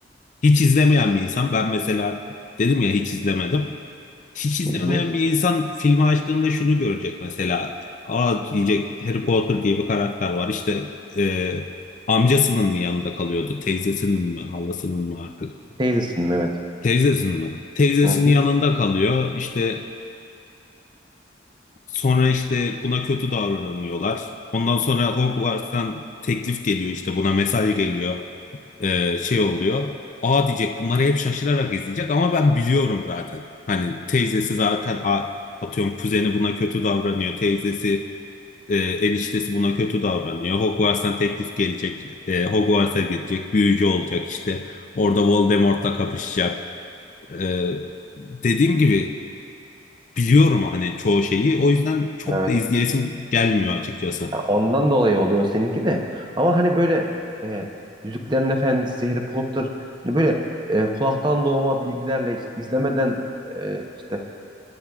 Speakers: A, on the left; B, on the right.
A: Hiç izlemeyen bir insan. Ben mesela dedim ya hiç izlemedim. Hiç izlemeyen
B: Hı hı.
A: bir insan filmi açtığında şunu görecek mesela. Aa diyecek Harry Potter diye bir karakter var. İşte e, amcasının mı yanında kalıyordu? Teyzesinin mi? Halasının mı artık?
B: Teyzesin evet.
A: Teyzesinin mi? Teyzesinin
B: Hı hı.
A: yanında kalıyor. İşte sonra işte buna kötü davranıyorlar. Ondan sonra Hogwarts'tan teklif geliyor işte buna mesaj geliyor. e, şey oluyor. Aa diyecek bunları hep şaşırarak izleyecek ama ben biliyorum zaten. Hani teyzesi zaten a- atıyorum kuzeni buna kötü davranıyor. Teyzesi e, eniştesi buna kötü davranıyor. Hogwarts'tan teklif gelecek. E, Hogwarts'a gidecek. Büyücü olacak işte. Orada Voldemort'la kapışacak. E, dediğim gibi biliyorum hani çoğu şeyi. O yüzden çok
B: Evet.
A: da izleyesim gelmiyor açıkçası.
B: Ya Ondan dolayı oluyor seninki de. Ama hani böyle e, Yüzüklerin Efendisi, Harry Potter hani böyle e, kulaktan doğma bilgilerle işte izlemeden e, işte